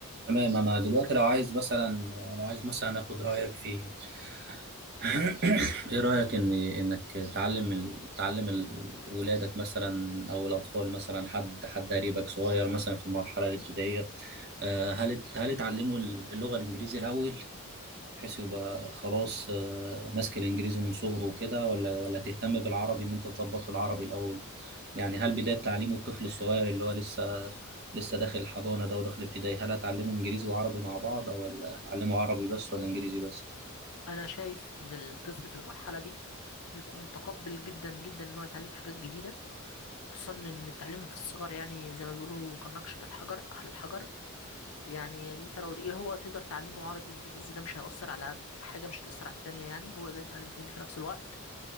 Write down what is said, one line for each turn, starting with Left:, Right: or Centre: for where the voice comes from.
Right: تمام انا دلوقتي لو عايز مثلا لو عايز مثلا اخد رايك في <clears throat> ايه رايك ان انك تعلم ال- تعلم ال- ولادك مثلا او الاطفال مثلا حد حد قريبك صغير مثلا في المرحله الابتدائيه آه، هل هل تعلموا اللغه الانجليزيه الاول بحيث يبقى خلاص آه، ماسك الانجليزي من صغره وكده ولا ولا تهتم بالعربي ان انت تظبط له العربي الاول يعني هل بداية تعليمه الطفل الصغير اللي هو لسه لسه داخل الحضانة ده وداخل ابتدائي هل هتعلمه انجليزي وعربي مع بعض ولا هتعلمه عربي بس ولا انجليزي بس
Left: انا شايف ان الطفل في المرحله دي بيكون متقبل جدا جدا ان هو يتعلم حاجات جديده خصوصا ان التعليم في الصغر يعني زي ما بيقولوا كالنقش في الحجر على الحجر يعني انت لو ايه هو تقدر تعلمه عربي وانجليزي ده مش هيأثر على حاجه مش هتأثر على التانية يعني هو يقدر يتعلم الاتنين في نفس الوقت